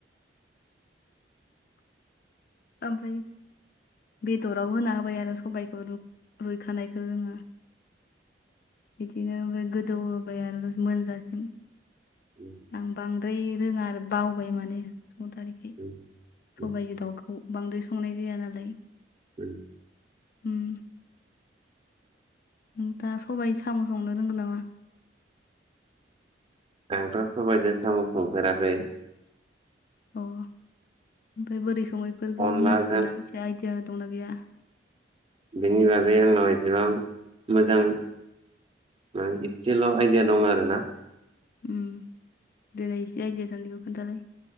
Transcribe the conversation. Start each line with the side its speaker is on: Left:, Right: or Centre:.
Right: <inaudible>
Left: ओममफ्राय। बेदराव होना होबाय आरो सबायखौ रु रुइखानायखौ जोङो। बिदिनो गोदौहोबाय आरो मोनजासिम।
Right: उम
Left: आं बांद्राय रोङा आरो बावबाय माने। संथारिखाय
Right: उम उम
Left: सबायाइजों दाउखौ बांद्राय संनाय जाया नालाय।
Right: उम
Left: होम। नों दा सबायाइ साम'स संनो रोंगोन नामा?
Right: आंथ सबाइजों सामु संफेराखै।
Left: अ ओमफ्राय बोरै सङैफोरखौ
Right: अनलाजों
Left: मिथिगोनना मिथिया आइदिया दंना गैया।
Right: बिनि बागै आंनाव एसेबां मोजां माने एदसेल' आइडिया दं आरोना।
Left: उम देलाय एसे आइदिया थानायखौ खोन्थालाय।